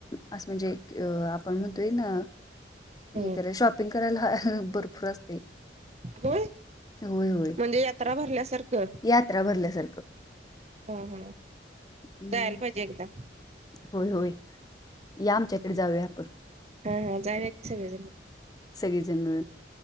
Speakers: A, on the left; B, on the right.
A: असं म्हणजे आपण म्हणतोय ना
B: हम्म
A: हे क शॉप शपिंग करायला भरपूर असते.
B: होय
A: होय होय
B: म्हणजे यात्रा भरल्यासारखं
A: यात्रा भरल्यासारखं
B: हम ह
A: हम्म,
B: जायल पाहिजे एकदा
A: होय होय या आमच्याकडे जाऊया आपण
B: हा हा जाय की सगळे
A: सगळे जण मिळून